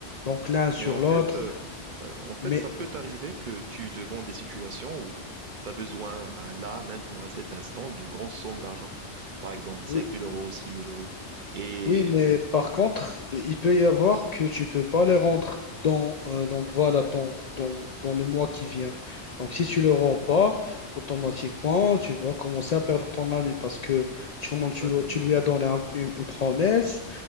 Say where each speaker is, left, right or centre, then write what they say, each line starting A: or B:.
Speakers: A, on the left; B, on the right.
A: donc l'un sur
B: Mais en
A: l'autre.
B: fait, euh, euh, en fait,
A: Mais
B: ça peut t'arriver que tu es devant des situations où tu as besoin, à là, maintenant, à cet instant, d'une grosse somme d'argent. Par exemple, cinq
A: oui,
B: mille euros, six mille euros. Et...
A: Oui, mais par contre,
B: Ouais,
A: il peut y avoir que tu peux pas les rendre dans, euh, donc voilà, dans, dans, dans le mois qui vient. Donc, si tu le rends pas, automatiquement, tu vas commencer à perdre ton ami parce que tu,
B: exactement,
A: tu, tu lui as donné
B: exactement.
A: un- une, une promesse